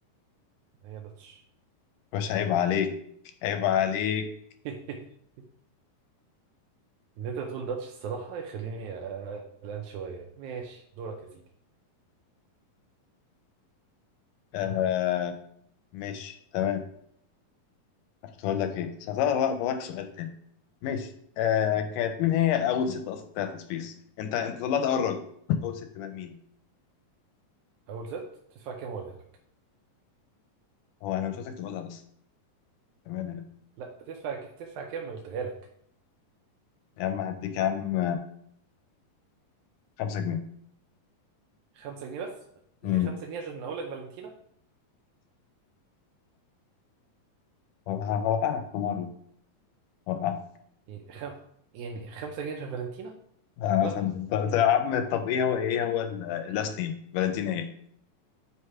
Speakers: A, on the right; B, on the left.
A: هي داتش
B: بس عيب عليك عيب عليك
A: <laughs> ان انت تقول داتش الصراحه يخليني قلقان شويه ماشي دورك يا سيدي
B: آه ماشي تمام كنت هقول لك ايه بس هسألك بقى هسألك سؤال تاني ماشي آه كانت مين هي اول ست اصلا بتاعت السبيس انت انت طلعت اول راجل اول ست بقى مين
A: اول ست تدفع كام اقولها لك
B: هو انا مش عايزك تقولها بس تمام
A: لا تدفع ك... تدفع كام اللي قلتها لك
B: يا عم هديك يا عم 5 جنيه
A: خمسة جنيه بس
B: مم.
A: يعني خمسة جنيه عشان اقول لك فالنتينا
B: هو- هوقعك في مرة هوقعك
A: يعني خم... يعني خمسة جنيه عشان فالنتينا
B: آه،
A: لا
B: عشان <laughs> طب طب يا عم طب ايه هو ايه هو اللاست نيم فالنتين ايه؟